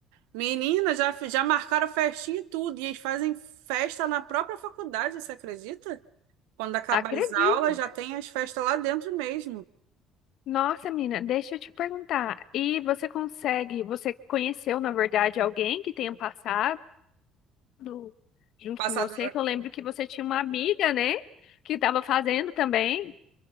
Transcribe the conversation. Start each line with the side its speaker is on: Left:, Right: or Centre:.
Right: Menina, já, já marcaram festinha e tudo, e eles fazem festa na própria faculdade, você acredita? Quando acabar
Left: Acredito.
Right: as aulas, já tem as festas lá dentro mesmo.
Left: Nossa, menina, deixa eu te perguntar. E você consegue, você conheceu, na verdade, alguém que tenha passado? do- junto
Right: Passado
Left: com você, que eu lembro que você tinha uma amiga, né? Que estava fazendo também.